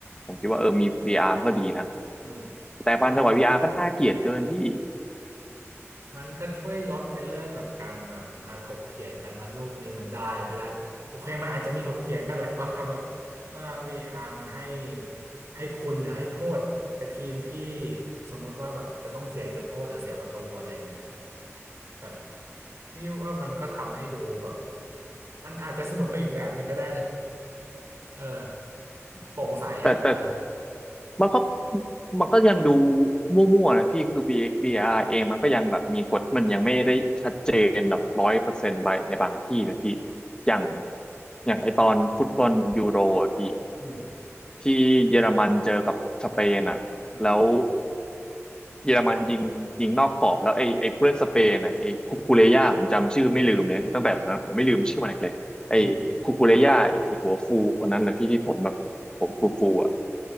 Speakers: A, on the left; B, on the right.
A: ผมคิดว่าเออมี VR ก็ดีนะ
B: <laughs> อืม
A: แต่พันธวัา
B: มัน
A: VR ก็น่าเกลียดเกินพี่
B: มันก็ช่วยลดในเรื่องแบบการแบบมาถกเถียงกันว่าลูกนี้มันได้ไปได้โอเคมันอาจจะมีถกเถียงกันแหละว่ากรรมว่าวีอาร์มันให้ให้คุณหรือให้โทษกับทีมที่สมมติว่าแบบจะต้องเสียจุดโทษหรือเสียประตูอะไรอย่างเงี้ยแต่พี่ว่ามันก็ทำให้ดูแบบมันอาจจะสนุกไปอีกแบบหนึงก็ได้นะเออโปร่งใสอ่ะเออ
A: แต่แต่มันก็มันก็ยังดูมั่วๆนะพี่คือ VR เองมันก็ยังแบบมีกฎที่มันยังไม่ได้ชัดเจนแบบร้อยเปอร์เซนต์ไปในบางที่นะพี่อย่างอย่างไอตอนฟุตบอลยูโรอ่ะพี่
B: อืม
A: ที่เยอรมันเจอกับสเปนอ่ะแล้ว
B: อืม
A: เยอรมันยิงยิงนอกกรอบแล้วไอ้ไอ้ผู้เล่นสเปนน่ะไอ้คุคูเรย่าผมจำชื่อไม่ลืมเลยตั้งแต่วันนั้นผมไม่ลืมชื่อมันอีกเลยไอ้คุคูเรย่าไอ้หัวฟูคนนั้นนะพี่ที่ผมแบบผมฟูฟูอ่ะ
B: อืม